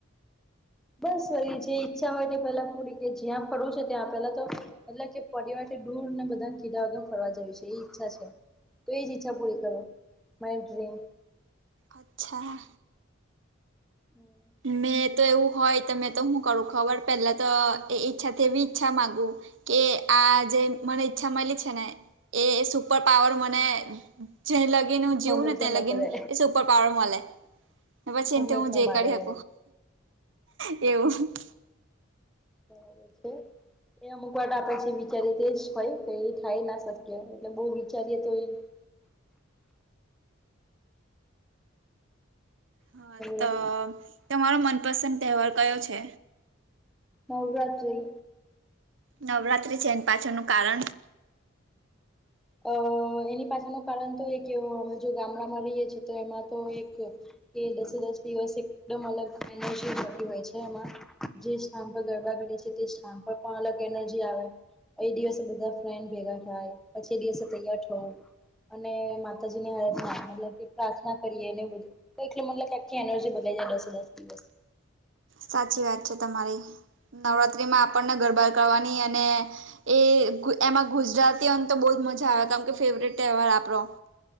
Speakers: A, in the centre; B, on the right.
A: બસ વરી જે ઈચ્છા હોય તે પેલા પૂરી કે જ્યાં ફડું છે ત્યાં પેલાતો એટલે કે પરિવાર દૂરને બધાને કીધા વગર ફરવા જવી છે એ ઈચ્છા છે. તો એજ ઈચ્છા પૂરી કરો મેન ડ્રિમ.
B: અચ્છા.
A: <inaudible>
B: મેં તો એવું હોય તો મેં તો હું કરું ખબર પહેલાંતો એ ઈચ્છાથી એવી ઈચ્છા માગું કે આજે મને ઈચ્છા મળી છે ને એ સુપર પાવર મને જ્યાં લગીન હું જીવું
A: હંમેશા
B: ને ત્યાં
A: માટે
B: લગીન
A: રહે
B: સુપર પાવર મલે પછી
A: હંમેશા
B: એ હું જે
A: માટે
B: કરી હક
A: રહે
B: એવું.
A: <unintelligible> એ અમુક વાર આપડે જે વિચારીએ તે જ હોય કે એ થાય ના શકીએ એટલે બહુ વિચારીએ તોય <inaudible>
B: હા તો
A: છે.
B: તમારો મનપસંદ તહેવાર કયો છે.
A: નવરાત્રી
B: નવરાત્રી છે એને પાછળનું કારણ.
A: અ એની પછળનું કારણ તો એક એવો અમે જો ગામડામાં રહીએ છે તો એમાં તો એક કે દસે દસ દિવસ એકદમ અલગ એનર્જી જોતી હોય છે એમાં. જે સ્થાન પર ગરબા રમે છે તે સ્થાન પર પણ અલગ એનર્જી આવે. એ દિવસે બધા ફ્રેન્ડ ભેગા થાય પછી દિવસે તૈયાર થવું. અને માતાજીની આરાધના એટલે કે પ્રાર્થના કરીએ ને બધું તો એટલે મતલબ કે આખી એનર્જી બદલાય જાય દસે દસ દિવસ
B: સાચી વાત છે તમારી નવરાત્રીમાં આપણને ગરબાર કરવાની અને એ એમાં ગુજરાતી એમ તો બવ જ મજા આવે કેમ કે ફેવરેટ તહેવાર આપડો.